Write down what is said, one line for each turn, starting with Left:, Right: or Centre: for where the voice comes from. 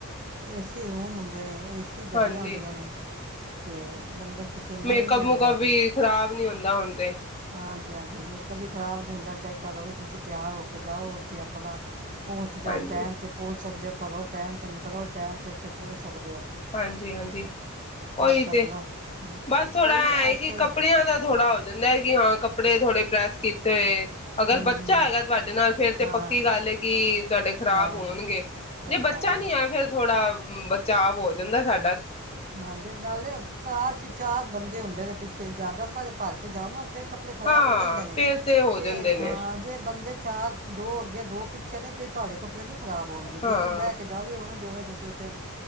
Right: ਏਸੀ ਰੂਮ ਹੁੰਦੇ ਨੇ ਏਸੀ ਗੱਡੀਆਂ
Left: ਹਾਂਜੀ
Right: ਹੁੰਦੀਆਂ ਨੇ ਤੇ ਬੰਦੇ ਪਸੀਨਾ
Left: ਮੇਕੱਪ-ਮੁੂਕਅਪ
Right: ਵੀ ਨਹੀਂ ਆਉਂਦਾ
Left: ਵੀ ਖ਼ਰਾਬ ਨੀ ਹੁੰਦਾ ਹੁਣ ਤੇ।
Right: ਹਾਂਜੀ-ਹਾਂਜੀ ਮੇਕਅਪ ਵੀ ਖ਼ਰਾਬ ਨੀ ਹੁੰਦਾ ਚਾਹੇ ਕਦੋਂ ਵੀ ਤੁਸੀਂ ਤਿਆਰ ਹੋ ਕੇ ਜਾਓ ਉੱਥੇ ਆਪਣਾ ਪਹੁੰਚ ਜਾਓ
Left: ਹਾਂਜੀ
Right: ਟਾਈਮ ਤੇ ਪਹੁੰਚ ਸਕਦੇ ਹੋ ਕਦੋਂ ਟਾਈਮ ਤੇ ਨਿਕਲੋ ਟਾਈਮ ਤੇ ਉੱਥੇ ਪਹੁੰਚ ਸਕਦੇ ਓ।
Left: ਹਾਂਜੀ-ਹਾਂਜੀ ਓਹੀ
Right: ਕੱਲ੍ਹ
Left: ਤੇ
Right: ਬੜਾ ਹੂੰ,
Left: ਬਸ ਥੋੜਾ
Right: ਕੋਈ
Left: ਐ ਏ
Right: ਅੱਜ
Left: ਕਿ
Right: ਕੱਲ੍ਹ
Left: ਕੱਪੜਿਆਂ ਦਾ ਥੋੜਾ ਹੋ ਜਾਂਦਾ ਕਿ ਹਾਂ ਕੱ ਕੱਪੜੇ ਥੋੜ੍ਹੇ ਪ੍ਰੈੱਸ ਕੀਤੇ ਹੋਏ ਅਗਰ
Right: ਹੂੰ
Left: ਬੱਚਾ
Right: ਹੂੰ
Left: ਹੈਗਾ ਤੁਹਾਡੇ ਨਾਲ ਫੇਰ ਤੇ
Right: ਹਾਂ
Left: ਪੱਕੀ
Right: ਹਾਂ
Left: ਗੱਲ ਐ ਕੀ ਤੁਹਾਡੇ ਖ਼ਰਾਬ
Right: ਖਰਾਬ
Left: ਹੋਣਗੇ
Right: ਸਹੀ
Left: ਜੇ ਬੱਚਾ
Right: ਗੱਲ
Left: ਨੀ ਹੈ ਫਿਰ ਥੋੜ੍ਹਾ ਬਚਾਵ ਬਹੁ ਹੋ <unintelligible> ਜਾਂਦਾ ਸਾ
Right: ਹਾਂਜੀ, ਨਾਲੇ ਘਰ ਚ ਚਾਰ ਬੰਦੇ ਹੁੰਦੇ ਨੇ ਪਿੱਛੇ ਜਿਆਦਾ ਦੇ ਭਰ ਕੇ ਜਾਓ ਨਾ ਫਿਰ ਕੱਪੜੇ ਖ਼ਰਾਬ
Left: ਹਾਂ
Right: ਹੋ ਜਾਂਦੇ ਨੇ
Left: ਫੇਰ ਤੇ ਹੋ
Right: ਜੇ
Left: ਜਾਂਦੇ ਨੇ।
Right: ਜੇ ਬੰਦੇ ਚਾਰ ਦੋ ਅੱਗੇ ਦੋ ਪਿੱਛੇ ਨੇ ਫਿਰ ਤੁਹਾਡੇ ਕੱਪੜੇ ਨੀ ਖਰਾਬ ਹੋਣਗੇ, ਜਿਵੇਂ
Left: ਹਾਂ
Right: ਬਹਿ ਕੇ ਜਾਓਗੇ ਓਵੇਂ ਦੇ ਓਵੇਂ ਤੁਸੀਂ ਉਥੇ